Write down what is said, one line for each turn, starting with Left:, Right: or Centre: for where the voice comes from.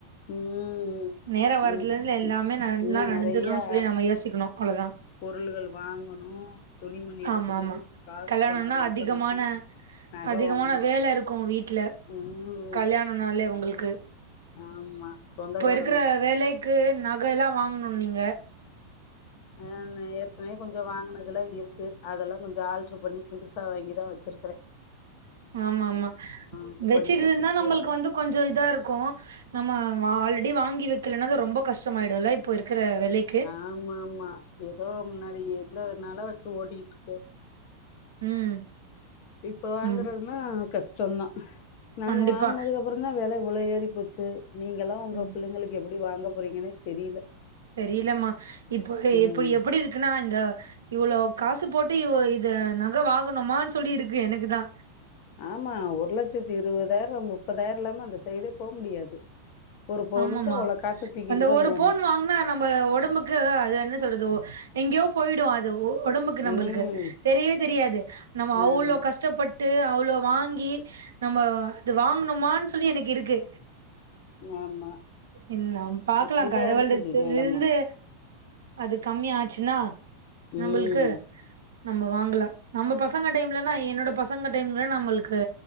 Left: ம்
Right: நேரோ
Left: ம்.
Right: வர்றதுலருந்து
Left: ம்.
Right: எல்லாமே நல்லா
Left: இன்னும்
Right: நடந்துருணு
Left: நெறையா
Right: சொல்லி நம்ம யோசிக்கணும் அவ்ளோவுதா
Left: பொருள்கள் வாங்கணு துணிமணி எடுக்கணு
Right: ஆமா ஆமா
Left: காசு
Right: கல்யாணம்னா
Left: பணோ ரெடி
Right: அதிகமான
Left: பண்ணணு நக
Right: அதிகமான
Left: வாங்கணு
Right: வேல இருக்கு வீட்ல
Left: ம்
Right: கல்யாணனாலே உங்களுக்கு
Left: ஆமா சொந்தக்கார
Right: இருக்ற வேலைக்கு நகல்லா வாங்கணு நீங்க
Left: ஆ ஏற்கனவே கொஞ்சோ வாங்கனதெல்லா இருக்கு அதெல்லா கொஞ்சோ ஆல்ட்ரு பண்ணி புதுசா வாங்கிதா வச்சிருக்குறே
Right: ஆமா ஆமா
Left: இது
Right: வச்சிட்டுருந்தா
Left: பண்ணிட்டு புதுசு
Right: நம்மளுக்கு
Left: வாங்கனே
Right: வந்து கொஞ்சோ இதா இருக்கு நம்ம வ ஆல்ரெடி வாங்கி வெக்கலன்னா ரொம்ப கஷ்டமாயிடுல்ல இப்போ இருக்குற வெலைக்
Left: ஆமா ஆமா ஏதோ முன்னாடி இருந்ததுனால வச்சு ஓட்டிகிட்டுருக்கு
Right: ம்
Left: இப்ப வாங்கறதுனா
Right: ம்
Left: கஷ்டோந்தா நாங்க
Right: கண்டிப்பா
Left: வாங்குனது ஒரு அப்புறந்தா வெல இவ்ளோ ஏறி போச்சு நீங்கல்லா உங்க
Right: ம்
Left: பிள்ளைங்களுக்கு எப்புடி வாங்க போறீங்கன்னே தெரியல
Right: தெரியலமா இப்போ
Left: ம்
Right: எப்டி எப்புடி இருக்குன்னா இந்த இவ்ளோ காசு போட்டு இ இத நக வாங்கணுமா சொல்லி இருக்கு எனக்கு தா
Left: ஆமா ஒரு லட்சத்தி இருபதாயிரோ முப்பதாயிரோ இல்லாம அந்த சைடே போ முடியாது ஒரு பவுனுக்கு
Right: ஆமாம
Left: அவ்ளோ காச தூக்கிட்டு
Right: அந்த
Left: தா
Right: ஒரு
Left: போணு
Right: பவுன் வாங்குனா நம்ம உடம்புக்கு அது என்ன சொல்றது எங்யோ போயிடு அது உடம்புக்கு நம்பளுக்கு
Left: ம்
Right: தெரியவே தெரியாது நம்ம அவளோ
Left: ஆமா
Right: கஷ் கஷ்டப்பட்டு அவ்ளோ வாங்கி நம்ம அது வாங்கணுமானு சொல்லி எனக்கு இருக்கு
Left: ஆமா
Right: இன்னா பாக்கலா
Left: அப்டிதா
Right: கடவுள
Left: இருக்குது
Right: <unintelligible>
Left: நெலம
Right: இருந்து அது கம்மியா ஆச்சுன்னா நம்மளுக்கு
Left: ம்
Right: நம்ம வாங்கலா நம்ம பசங்க டைம்லனா என்னோட பசங்க டைம்ல நம்மளுக்கு